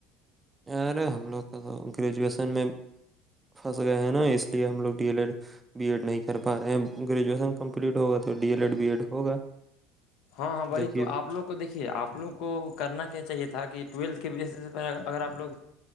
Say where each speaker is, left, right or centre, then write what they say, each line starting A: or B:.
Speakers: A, on the right; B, on the left.
A: ارے ہم لوگ کو تو گریجویشن میں پھنس گئے ہیں نا اس لیے ہم لوگ D El Ed B Ed نہیں کر پا رہے ہیں گریجویشن کمپلیٹ ہوگا تو D El Ed B Ed ہوگا
B: ہاں ہاں وہی
A: دیکھیے
B: تو آپ آ لوگ کو دیکھیے آپ لوگ کو کرنا کیا چاہیے تھا کہ ٹویلتھ کے بیسس پر اگر آپ لوگ